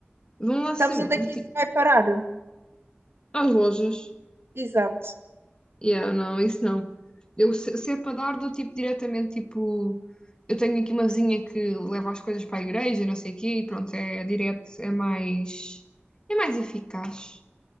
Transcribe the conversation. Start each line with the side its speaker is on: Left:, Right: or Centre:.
Left: Vão lá sempre,
Right: Sabes onde é que
Left: tipo,
Right: isso vai parar?
Left: às lojas.
Right: Exato.
Left: Yeah, não, isso não. Eu, se, se é para dar, dou tipo diretamente, tipo, eu tenho aqui uma vizinha que leva as coisas para a igreja, não sei o quê, e pronto, é direto, é mais, é mais eficaz.